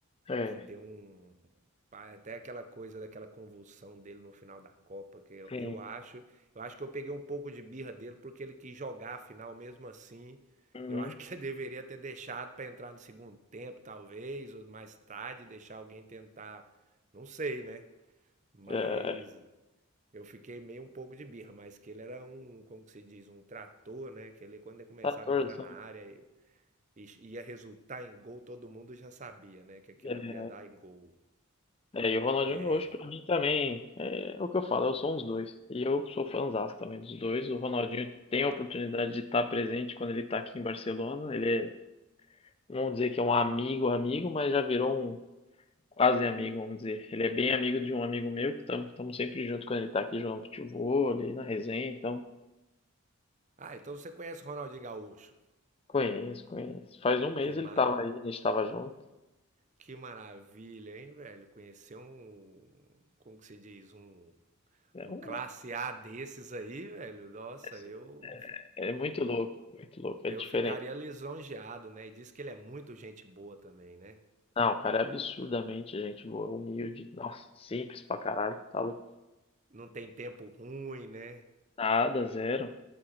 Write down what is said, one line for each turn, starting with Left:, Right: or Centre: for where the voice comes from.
Left: É,
Right: Que deu um até aquela coisa daquela convulsão dele no final da Copa, que eu,
Left: sim.
Right: eu acho, eu acho que eu peguei um pouco de birra dele porque ele quis jogar a final mesmo assim.
Left: Uhum.
Right: Eu acho que <laughs> ele deveria ter deixado para entrar no segundo tempo, talvez, ou mais tarde deixar alguém tentar, não sei, né? Mas
Left: É,
Right: Eu fiquei meio um pouco de birra, mas que ele era um, como que se diz, um trator, né? Que ele, quando ele começava
Left: 14
Right: a entrar na área e, e ia resultar em gol, todo mundo já sabia, né? Que aquilo
Left: É,
Right: ali ia dar em gol.
Left: é, e o Ronaldinho
Right: É.
Left: Gaúcho, pra mim, também é, é o que eu falo, eu sou uns dois. E eu sou fãzaço também dos dois. O Ronaldinho tem a oportunidade de estar presente quando ele tá aqui em Barcelona. Ele é, não vou dizer que é um amigo, amigo, mas já virou um Quase amigo, vamos dizer. Ele é bem amigo de um amigo meu, que estamos sempre junto quando ele está aqui jogando futebol, ali na resenha, então
Right: Ah, então você conhece o Ronaldinho Gaúcho?
Left: conheço, conheço. Faz um mês
Right: Que,
Left: ele
Right: ma...
Left: estava aí, a gente estava junto.
Right: que maravilha, hein, velho? Conhecer um, como que se diz, um,
Left: É,
Right: um
Left: um-
Right: classe A desses aí, velho. Nossa,
Left: é assim,
Right: eu,
Left: é muito louco, muito louco, é
Right: eu
Left: diferente.
Right: ficaria lisonjeado, né? E diz que ele é muito gente boa também, né?
Left: Não, o cara é absurdamente gente boa, humilde, nossa, simples pra caralho, tá louco.
Right: Não tem tempo ruim, né?
Left: Nada, zero,